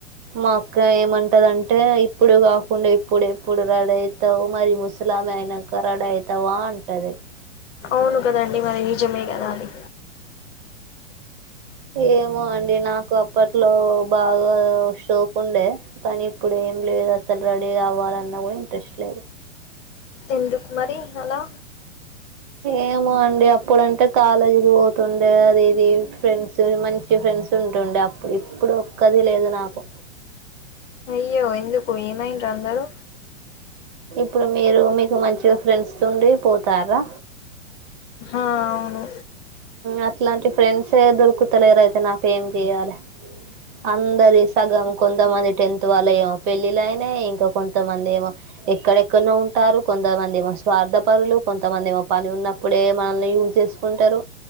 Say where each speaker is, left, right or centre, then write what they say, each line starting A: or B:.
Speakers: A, on the right; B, on the left.
A: మా అక్క ఏమంటదంటే ఇప్పుడు కాకుండా ఇప్పుడెప్పుడు రెడీ అవుతావు మరి ముస్లామేవి అయినాక రెడీ అవుతావా అంటది
B: అవును కద అండి మరి నిజమే కదా అది
A: ఏమో అండి నాకు అప్పట్లో బాగా షోక్ ఉండే కానీ ఇప్పుడు ఏం లేదు అసలు రెడీ కావాలన్న కూడా ఇంట్రెస్ట్ లేదు
B: ఎందుకుమరి అలా
A: ఏమో అండి అప్పుడంటే కాలేజ్కి పోతుండే అది ఇది ఫ్రెండ్స్ మంచి ఫ్రెండ్స్ ఉంటుండే అప్పుడు ఇప్పుడు ఒక్కది లేదు నాకు
B: అయ్యో ఎందుకు ఏమైయిర్రు అందరూ
A: ఇప్పుడు మీరు మీకు మంచిగా ఫ్రెండ్స్ ఉండి పోతారా
B: ఆ అవును
A: అట్లాంటి ఫ్రెండ్స్యే దొరుకుతలేరు అయితే నాకు ఏం చెయాలే అందరి సగం కొంతమంది టెన్త్ వాళ్ళ ఏమో పెళ్ళిలైనాయి ఇంకా కొంతమంది ఏమో ఎక్కడెక్కడనో ఉంటారు కొంతమంది ఏమో స్వార్థ పరులు కొంతమంది ఏమో పని ఉన్నప్పుడే మనల్ని యూజ్ చేసుకుంటారు